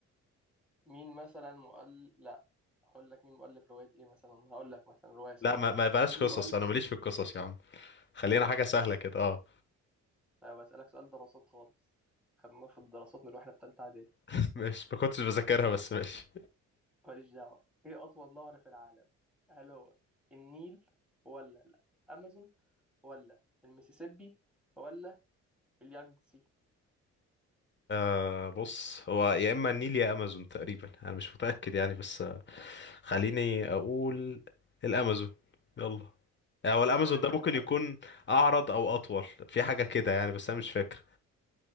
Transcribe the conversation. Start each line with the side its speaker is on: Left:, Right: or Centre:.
Centre: مين مثلا مؤل لا هقول لك مين مؤلف رواية ايه مثلا هقول لك مثلا رواية سهلة
Left: لا ما, ما بلاش
Centre: مين
Left: قصص
Centre: مؤلف
Left: انا ماليش في القصص يا عم خلينا
Centre: مالكش
Left: حاجة
Centre: في
Left: سهلة
Centre: القصة
Left: كده اه
Centre: لا بسألك سؤال دراسات خالص خدناه في الدراسات من واحنا في تالتة اعدادي
Left: <laughs> مش ما كنتش بذاكرها بس ماشي
Centre: ماليش دعوة إيه أطول نهر في العالم؟ هل هو النيل ولا الأمازون ولا المسيسيبي ولا اليانجسي؟
Left: آه بص هو يا اما النيل يا امازون تقريبا انا مش متأكد يعني بس آه خليني اقول الامازون يلا آه، هو الامازون
Centre: هل أنت
Left: ده
Centre: كان
Left: ممكن
Centre: حد
Left: يكون اعرض او اطول في حاجة كده يعني بس انا مش فاكر